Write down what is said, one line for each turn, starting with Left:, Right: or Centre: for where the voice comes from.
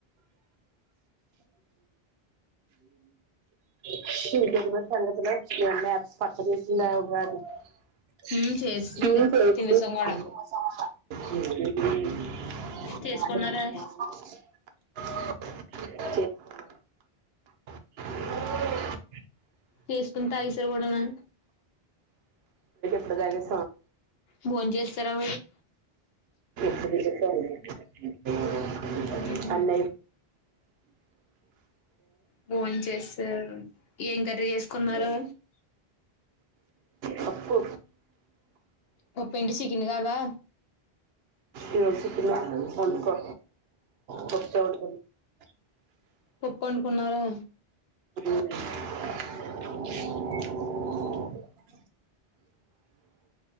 Right: <inaudible> <inaudible>
Left: హ్మ్ చేస్తుంది తినేసాం కూడా చేసుకున్నారా చేసుకుని తాగేసారు కూడానా
Right: <inaudible>
Left: భోంచేశారా
Right: మీరే చెప్పాలి ఇంకా ఆ
Left: ఉహు
Right: అండి
Left: భోంచేశారు ఏం కర్రీ చేసుకున్నారో
Right: పప్పు
Left: పప్పేంటి చికిన్ కాదా
Right: ఇదిగో చికెనంట వండుకో పప్పే వండుకొని తి
Left: పప్పండుకున్నారా
Right: ఆ